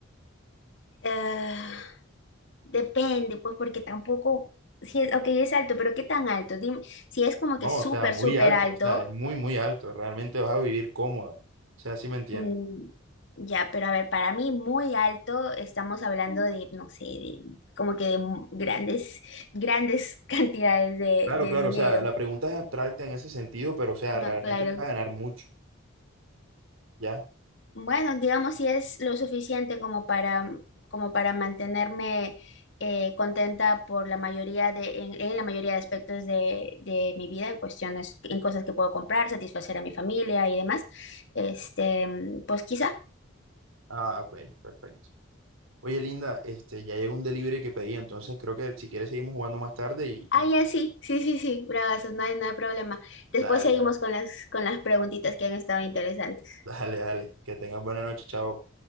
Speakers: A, on the left; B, on the right.
A: Eh, depende, pues porque tampoco, si es, ok, es alto, pero ¿qué tan alto? Dime, si es como
B: No,
A: que súper,
B: o sea, muy
A: súper
B: alto,
A: alto,
B: o sea, es muy, muy alto, realmente vas a vivir cómoda, o sea, sí me entiendes.
A: mm, ya, pero a ver, para mí muy alto, estamos hablando de, no sé, de, como que de mu- grandes, grandes <laughs> cantidades de,
B: Claro,
A: de
B: claro,
A: dinero.
B: o sea, la pregunta es abstracta en ese sentido, pero o sea,
A: No,
B: realmente
A: claro.
B: vas a ganar mucho, ¿ya?
A: Bueno, digamos si es lo suficiente como para, como para mantenerme eh, contenta por la mayoría de, en, en la mayoría de aspectos de, de mi vida, en cuestiones, en cosas que puedo comprar, satisfacer a mi familia y demás. Este, mm, pues quizá.
B: Ah, ok, perfecto. Oye, Linda, este, ya llegó un delivery que pedí, entonces creo que si quieres seguimos jugando más tarde y,
A: Ah,
B: y
A: ya sí, sí, sí, sí, bravazo, no hay, no hay problema. Después
B: dale,
A: seguimos
B: dale,
A: con las, con las preguntitas que han estado interesantes.
B: <laughs> dale, dale, que tengas buena noche, chao.